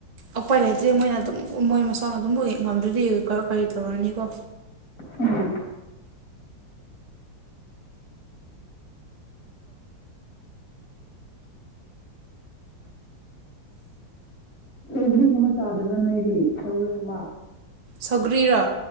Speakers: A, on the right; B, on the left.
A: ꯎꯄꯥꯏ ꯂꯩꯇ꯭ꯔꯦ ꯃꯣꯏꯅ ꯑꯗꯨꯝ ꯃꯣꯏ ꯃꯁꯥꯅ ꯑꯗꯨꯝ ꯃꯣꯏ ꯉꯝꯗ꯭ꯔꯗꯤ ꯀ ꯀꯔꯤ ꯇꯧꯔꯨꯅꯤꯀꯣ
B: ꯎꯝ ꯁꯧꯒ꯭ꯔꯤꯒꯨꯝꯕ ꯆꯥꯗꯕ꯭ꯔꯥ ꯅꯣꯏꯗꯤ ꯁꯧꯒ꯭ꯔꯤꯒꯨꯝꯕ
A: ꯁꯧꯒ꯭ꯔꯤꯔꯥ